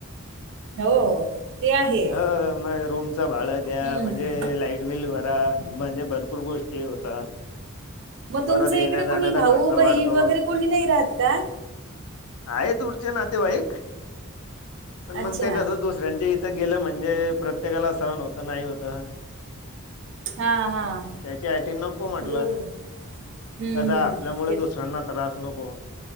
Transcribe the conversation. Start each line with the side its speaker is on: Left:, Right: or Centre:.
Right: हो. ते आहे.
Left: ह म रूमच भाडं द्या
Right: हं.
Left: म्हणजे, लाईट बिल भरा म्हणजे भरपूर गो ष्टी होतात.
Right: म
Left: परत
Right: तुमचं
Left: येण्या
Right: इकडे
Left: जाण्याचा
Right: कोणी भाऊ
Left: खर्च
Right: बहीण
Left: वाढतो
Right: वगैरे कोणी नाही राहत का?
Left: आहे दूरचे नातेवाईक पण
Right: अच्छा.
Left: मग ते कस दुसऱ्यांच्या इ थ- गेलं म्हणजे प्रत्येकाला सहन होत नाही होतं.
Right: हां, हां.
Left: त्याच्या आटी नको म्हटल.
Right: बरोबर. हं,
Left: कस
Right: हं.
Left: आपल्यामुळे
Right: ते
Left: दुसऱ्यांना त्रास नको.